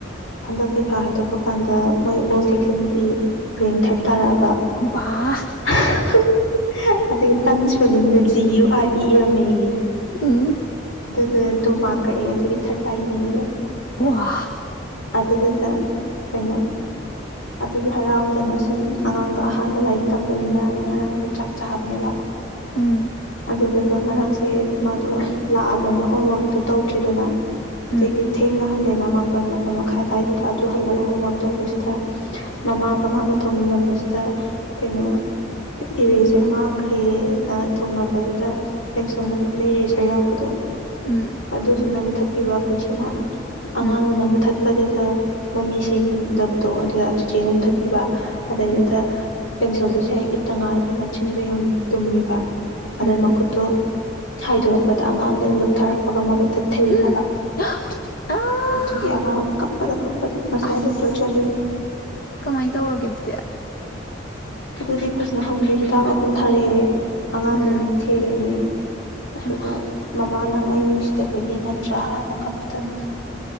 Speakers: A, on the left; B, on the left.
A: ꯍꯟꯗꯛ ꯄꯔꯤꯈꯥ ꯍꯥꯏꯗꯣꯛꯄ ꯀꯥꯟꯗ ꯃꯣꯏ ꯑꯣꯜ ꯁꯦꯛꯁꯟꯒꯤ ꯔꯦꯡ ꯊꯔꯠ ꯇꯥꯔꯛꯑꯕ꯫
B: ꯕꯥ
A: <unintelligible> ꯑꯗꯨꯒꯤ ꯇ ꯏꯁꯋꯦꯂꯤꯡꯗꯨ ꯖꯤ ꯌꯨ ꯑꯥꫪ ꯏ <unintelligible> ꯥ <unintelligible> ꯃꯦ ꯌꯦ
B: ꯎꯝ
A: ꯑꯗꯨꯗ ꯇꯨ ꯃꯥꯔꯛ ꯀꯛꯑꯦ ꯑꯗꯨꯒꯤ ꯊꯔ ꯇꯥꯏꯅꯤꯌꯦ
B: ꯋꯥ
A: ꯑꯗꯨꯗꯨꯗ ꯀꯩꯅꯣ ꯑꯗꯨꯒꯤ ꯍꯔꯥꯎꯗꯅ ꯁꯨꯝ ꯑꯉꯥꯡꯗꯣ ꯑꯍꯥꯟꯕ ꯂꯥꯏꯔꯤꯛ ꯇꯝꯕꯅꯤꯅ ꯅ ꯉꯔꯥꯡꯗꯣ ꯆꯥꯛ ꯆꯥꯕꯅꯦꯕ꯫
B: ꯎꯝ
A: ꯑꯗꯨꯗ꯫ ꯉꯔꯥꯡꯁꯦ ꯃꯥꯗꯣ ꯂꯥꯛꯑꯕꯅꯤꯅ ꯍꯣꯝꯋꯔꯛꯇꯣ ꯇꯧꯗ꯭ꯔꯦꯗꯅ ꯑꯗꯒꯤ
B: ꯎꯝ
A: ꯊꯦꯡꯅ ꯍꯜꯂꯦꯅ ꯃꯥꯄꯜ ꯃꯥꯄꯜ ꯃꯈꯥꯏ ꯑ ꯑꯗꯨꯋꯥꯏꯗꯨꯗ ꯑꯗꯨ ꯍꯜꯂꯒ ꯍꯣꯝꯋꯥꯔꯛ ꯇꯧꯕꯁꯤꯗ ꯃꯃꯥꯒ ꯃꯥꯒ ꯇꯧꯃꯤꯟꯅꯕꯁꯤꯗ ꯀꯩꯅꯣ ꯏꯔꯦꯖꫪ ꯃꯥꯡꯈ꯭ꯔꯦꯅ ꯇꯧꯅꯕꯗꯨꯗ ꯄꯦꯟꯁꯤꯜ ꯃꯅꯤꯡꯗ ꯏꯔꯦꯁꯥꯔ ꯌꯥꯎꯕꯗꯣ
B: ꯎꯝ
A: ꯑꯗꯨꯗꯨꯅ ꯃꯨꯊꯠ ꯄꯤꯕ ꯈꯨꯣꯁꯤꯅ ꯑꯉꯥꯡꯗꯨꯅ
B: ꯎꯝ
A: ꯃꯨꯊꯠ ꯠꯄꯗꯨꯗ ꯃꯃꯤ ꯁꯦꯡꯗꯕꯗꯣ ꯑꯗꯨꯗ ꯆꯦꯆꯦꯅ ꯃꯨꯊꯠꯄꯤꯕ ꯑꯗꯩꯗꯨꯗ
B: ꯎꯝ
A: ꯄꯦꯟꯁꯤꯜꯗꯨꯁꯨ ꯍꯦꯛ ꯏꯠꯇ ꯉꯥꯏꯕ ꯃꯆꯤꯟꯗꯣ ꯌꯥꯝ ꯇꯨꯝꯃꯤꯕ ꯑꯗꯨꯅ
B: ꯎꯝ ꯎꯝ
A: ꯃꯈꯨꯠꯇꯣ ꯍꯥꯏꯗꯣꯔꯛꯄꯗ ꯑꯉꯥꯡꯗꯨꯅ ꯂꯨꯞꯊꯔꯛꯄꯒ ꯃꯃꯤꯠꯇ ꯊꯤꯜꯂꯒ
B: ꯎꯝ ꯑꯥ
A: ꯑꯗꯨꯒꯤ ꯑꯉꯥꯡꯗ ꯀꯞꯄꯗ ꯀꯞꯄꯗ ꯉꯁꯥꯏ
B: ꯑꯁ
A: ꯗꯣꯛꯇꯔ ꯆꯠꯂꯨꯅꯤ
B: ꯀꯃꯥꯏꯅ ꯇꯧꯔꯒꯦ ꯑꯗꯨꯗꯤ
A: ꯑꯗꯨꯗꯤ ꯐꯖꯅ ꯐꯪꯗꯦ ꯍꯤꯗꯥꯛ ꯑꯍꯨꯝ ꯊꯥꯔꯛꯑꯦ ꯑꯉꯥꯡꯗꯨ
B: ꯎꯝ
A: ꯑꯣꯏꯅ ꯊꯦꯝꯃꯦ ꯑꯗꯨꯒ
B: ꯍꯩꯃꯥ
A: ꯃꯃꯥ ꯃꯃꯥ ꯅꯡ ꯑꯩ ꯅꯨꯡꯁꯤꯗꯕꯒꯤ ꯅꯠ ꯇꯔꯥꯅ ꯀꯞꯇꯅ